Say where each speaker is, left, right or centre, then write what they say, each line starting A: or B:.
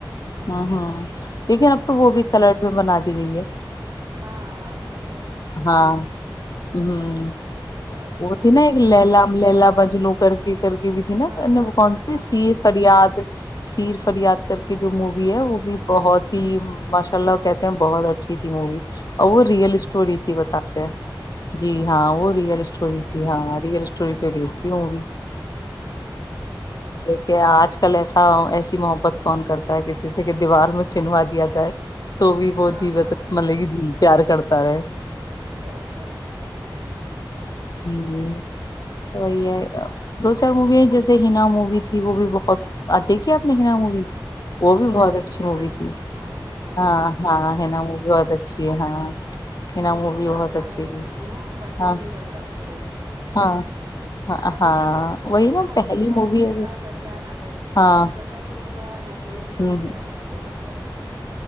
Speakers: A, on the left (about 50°); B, on the right (about 50°).
A: ہ ہ
B: ہاں
A: لیکن اب تو وہ بھی کلٹ بھی بنا دی ہوئی ہے
B: ہاں اب۔ تو ہے۔
A: ہاں۔ ہمم
B: کچھ سے کچھ ہو جا رہا ہے
A: وہ
B: صحیح
A: تھی
B: بات
A: نا ایک
B: ہے
A: لیلہ لیلہ مجنوں۔ کرکے۔ کر کی بھی تھی نا
B: ہاں ہاں ہاں
A: کون
B: ہاں
A: سی
B: ہاں
A: سیر فریاد۔ صرف۔ فریاد
B: ہاں
A: کر کے جو مو۔ وی ہے وہ بھی بہت ہی ماشاء اللہ کہتے ہیں بہت اچھی تھی مووی۔ وہ
B: اچھا
A: ریلس۔ اسٹوری تھی بتاتے ہیں۔ جی ہاں وہ ریئل اسٹوری کی ہاں ریئل اسٹوری
B: ہاں
A: پہ بیس
B: ہاں
A: تھی وہ مووی۔
B: اچھا
A: کہ آج کل ایسا ایسی محبت کون کرتا ہے کسی۔ جیسے کہ دیوار
B: ہوں
A: میں چنھوا دیا جائے تو بھی وہ
B: ہاں
A: جیوت
B: ہاں ہاں
A: ملے گی۔ پیار کر۔ سارے۔
B: صحیح بات ہے۔ ہوں
A: جی جی۔ وہی ہے
B: صحیح
A: دو چار مووی ہے۔ جیسے ہنا مووی تھی وہ بھی بہت ادھک۔ دیکھی اپ نے ہنا
B: ہوں
A: مووی وہ بھی
B: ہینا
A: بہت
B: دیکھیے
A: اچھی مووی
B: ہاں
A: تھی
B: ہاں کیوں نہیں
A: ہاں
B: صحیح
A: ہاں
B: بات
A: ہنا مووی بہت اچھی۔ ہے ہاں ہینا
B: وہ
A: مووی
B: تو میں پانچ
A: بہت
B: بار
A: اچھی
B: دیکھ
A: تھی
B: چکی ہوں۔ نی
A: ہاں
B: نہیں بگتا اس کو دیکھنے سے
A: ہاں ہاں
B: اگر ایک
A: ہاں
B: بار جیسے مووی
A: وہی نا
B: میں ہوتا
A: پہلی
B: ہی ہے
A: مووی
B: اگر ایک بار لگ جائے نا پھر
A: ہاں
B: من کرتا ہے اس کو پورا ہو کے ہی
A: ہ
B: اٹھے ہم جگہ سے۔ دء۔